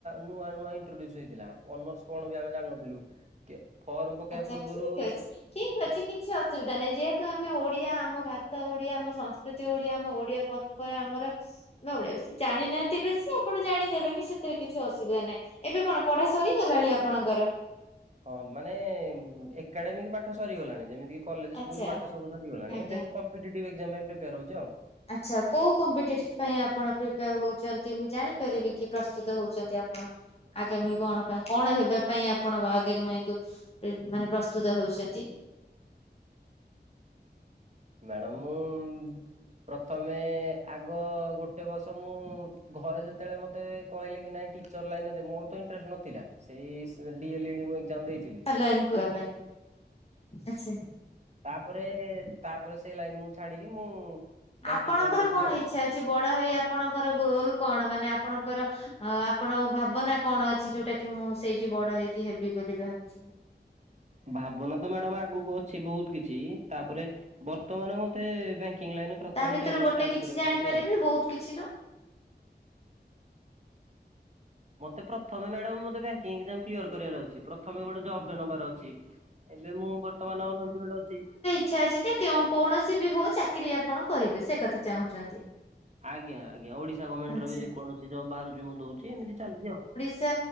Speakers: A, on the right; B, on the left.
A: ନୂଆ ନୂଆ ଇଣ୍ଟ୍ରୋଡ୍ୟୁସ ହେଇଥିଲା। ଅନର୍ସ କଣ ବି ଆମେ ଜାଣିନଥିଲୁ କେ ଫର୍ମ ପକେଇବା
B: ଆଚ୍ଛା
A: ପୂର୍ବରୁ
B: ଠିକ୍ ଅଛି।
A: ପୁ
B: ଠିକ୍ ଅଛି କିଛି ଅସୁବିଧା ନାହିଁ ଯେହେତୁ ଆମେ ଓଡିଆ ଆମ ଭାଷା ଓଡିଆ ଆମ ସଂସ୍କୃତି ଓଡିଆ ଆମ ଓଡିଆ ପ୍ର ପଏ ଆମର ମେ ଓଡିଆ ସି ଜାଣିନାହାନ୍ତିି ବେଶୀ ଆପଣ ଜାଣିଦେବେ କି ସେଥିରେ କିଛି ଅସୁବିଧା ନାହିଁ। ଏବେ କଣ ପଢା ସରିଗଲାଣି ଆପଣଙ୍କର?
A: ହଁ ମାନେ ଏକାଡେମିକ ପାଠ ସରିଗଲାଣି ଯେମିତି କଲେଜ
B: ଆଚ୍ଛା
A: ସ୍କୁଲ ପାଠ ସବୁ ସରିଗଲାଣି
B: ଆଜ୍ଞା।
A: ଏବେ କମ୍ପିଟେଟିବ୍ ଏକଜ୍ଜାମ ପାଇଁ ପ୍ରିପେୟାର ହଉଚି ଆଉ।
B: ଆଛା କୋଉ କମ୍ପିଟିଟିଭ ପାଇଁ ଆପଣ ପ୍ରିପୟାର ହଉଛନ୍ତି, ମୁଁ ଜାଣିପାରିବି କି ପ୍ରସ୍ତୁତ ହଉଛନ୍ତି ଆପଣ? ଆଗାମୀ କଣ ପାଇଁ, କଣ ହେବା ପାଇଁ ଆପଣ ଆଗାମୀ କୁ? ମାନେ ପ୍ରସ୍ତୁତ ହେଉଛନ୍ତି।
A: ମ୍ୟାଡ଼ାମ ମୁଁ ପ୍ରଥମେ ଆଗ ଗୋଟେ ବର୍ଷ ମୁଁ, ଘରେ ଯେତେବେଳେ ମତେ କହିଲେ କି ନାଇଁ ଟିଚର ଲାଇନ ଦେ, ମୋର ତ ଇଣ୍ଟରେଷ୍ଟ ନଥିଲା, ସେଇ ଇଏଲିଡି ଏକଜାମ ମୁଁ ଦେଇଥିଲି।
B: <unintelligible> ପାଇଁ ଆଛା।
A: ତାପରେ, ତାପରେ ସେଇ ଲାଇନ ମୁଁ ଛାଡିକି ମୁଁ ବ୍ୟାଙ୍କିଙ୍ଗ
B: ଆପଣଙ୍କର
A: ପାଇଁ ଦଉଛି
B: କଣ
A: ଆଉ।
B: ଇଚ୍ଛା ବଡ ହେଇ ଆପଣଙ୍କର ଗୋଲ କଣ? ମାନେ ଆପଣଙ୍କର ଅଁ ଆପଣଙ୍କ ଭାବନା କଣ ଅଛି, ଯୋଉଟା କି ମୁଁ ସେଇଠି ବଡ ହେଇକି ହେବି ବୋଲି ଭାବୁଛନ୍ତି?
A: ଭାବନା ତ ମ୍ୟାଡାମ ଆଗକୁ ଅଛି ବହୁତ କିଛି, ତାପରେ ବର୍ତ୍ତମାନ ମତେ ବ୍ୟାଙ୍କିଙ୍ଗ ଲାଇନ ପ୍ରଥମେ
B: ତା ଭିତରୁ
A: କ୍ୟାରିୟାର
B: ଗୋଟେ
A: ଷ୍ଟାଟ
B: କିଛି
A: କରିବାକୁ
B: ଜାଣିପାରିବି
A: ଅ ଆଉ।
B: ବହୁତ କିଛି ର।
A: ମତେ ପ୍ରଥମେ ମ୍ୟାଡାମ ମତେ ବ୍ୟାଙ୍କିଙ୍ଗ ଏକଜାମ କ୍ଲିୟର କରିବାର ଅଛି, ପ୍ରଥମେ ଗୋଟେ ଜବ ଟେ ନେବାର ଅଛି। ଏବେ ମୁଁ ବର୍ତ୍ତମାନ କମ୍ପୁଟର ଯାଉଛି।
B: ଇଛା ଅଛି ଯେ- କୌଣସି ବି ହଉ ଚାକିରି ଆପଣ କରିବେ, ସେ କଥା ଚାହୁଁଛନ୍ତି।
A: ଆଜ୍ଞା ଆଜ୍ଞା, ଓଡିଶା ଗଭର୍ଣ୍ଣମେଣ୍ଟର
B: ଆଚ୍ଛା
A: ବି ଯେକୌଣସି ଜବ୍ ବାହାରୁଛି ମୁଁ ଦଉଛି ଏମତି ଚାଲିଛି ଆଉ।
B: ସେ